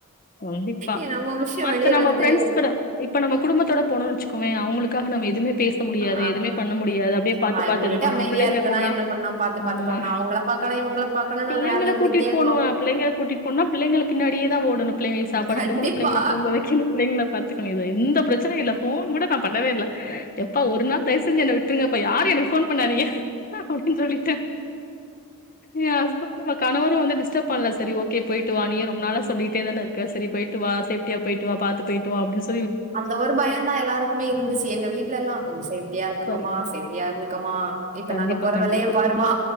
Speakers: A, on the left; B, on the right.
A: கண்டிப்பா
B: ஏ நம்ம விஷயோ
A: மத்த
B: வெளிய
A: நம்ம
B: வருது
A: ஃப்ரெண்ட்ஸ் கூட இப்ப நம்ம குடும்பத்தோட போனோன் வச்சுக்கோவே அவளுக்காக நம்ம எதுமே பேச முடியாது
B: ஆ
A: எதுமே பண்ண முடியாது அப்டே பாத்து
B: வாய
A: பாத்து
B: மூடிட்டு
A: இது பண்ணணு
B: அமைதியா
A: பிள்ளைங்க
B: இருக்கனா
A: கோனா
B: என்ன பண்ணா பாத்து பாத்து
A: ஆமா
B: பண்ணா அவங்கள பாக்கணு இவங்கள பாக்கணும்னு
A: பிள்ளைங்கள
B: ஒரு வேல இருந்துகிட்டே
A: கூட்டிட் போனு
B: இருக்கு
A: அ பிள்ளைங்க கூட்டிட் போன்னா பிள்ளைகளுக் பின்னாடியேதா ஓடனு பிள்ளைங்களுக் சாப்பாடு
B: கண்டிப்பா
A: குடுக்கணு பிள்ளைங்கள தூங்க வைக்க ணு பிள்ளைங்கள பாத்துக்கணு இது எந்த பிரச்சனயு இல்ல ஃபோன் கூட நா பண்ணவே இல்ல எப்பா ஒரு நாள் தய்வு செஞ்சு என்ன விட்ருங்கப்பா யா ரு எனக்கு ஃபோன் பண்ணாதீங்க அப்டி சொல்லிட்ட ஏ ஹஸ்பண்ட் ம கணவரு வந்து டிஸ்டப் பண்ல செரி ஓக்கே போயிட்டு வா நீயு ரொம்ப நாளா சொல்லிட்டே தான இருக்க செரி போய்ட்டு வா சேஃப்ட்டியா போயிட்டு வா பாத்து போய்ட்டு வா அப்டின்
B: அந்த ஒரு பயோந்தா எல்லாருக்குமே இருந்துச்சு எங்க வீட்ல எல்லா கொஞ்சோ சேஃப்டியா இருந்துக்கோமா
A: சாரி
B: சேஃப் டியா இருந்துக்கம்மா இப்ப
A: கண்டிப்பா
B: நாக போற
A: கண்டிப்பா
B: வெலய பாருமா